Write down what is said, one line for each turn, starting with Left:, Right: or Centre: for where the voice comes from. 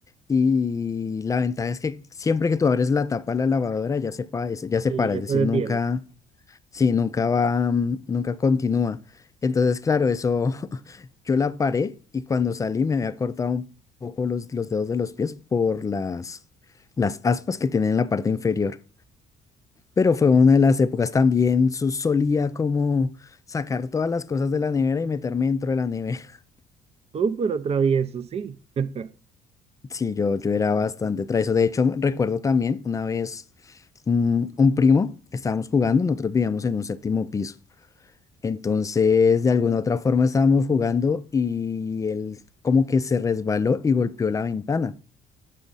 Left: y la ventaja es que siempre que tú abres la tapa de la lavadora ya se, pa- ya se
Right: Sí,
Left: para,
Right: ya
Left: es decir,
Right: se detiene.
Left: nunca Sí, nunca va, mm, nunca continúa. Entonces, claro, eso <laughs> yo la paré y cuando salí me había cortado un poco los, los dedos de los pies por las, las aspas que tienen en la parte inferior. Pero fue una de las épocas también, su- solía como sacar todas las cosas de la nevera y meterme dentro de la nevera. <laughs>
Right: Uh, pero travieso, sí. <laughs>
Left: Sí, yo, yo era bastante travieso. De hecho, recuerdo también una vez mm, un primo, estábamos jugando, nosotros vivíamos en un séptimo piso. Entonces, de alguna u otra forma estábamos jugando y él como que se resbaló y golpeó la ventana.